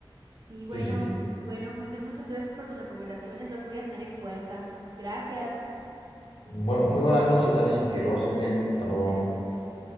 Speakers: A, on the right; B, on the left.
A: Sí, bueno,
B: Sí, sí, sí.
A: bueno, José, muchas gracias por tus recomendaciones, las voy a tener en cuenta. Gracias.
B: Muy, muy buenas noches, Janine, que lo pases bien. Hasta luego.
A: Buenas noches.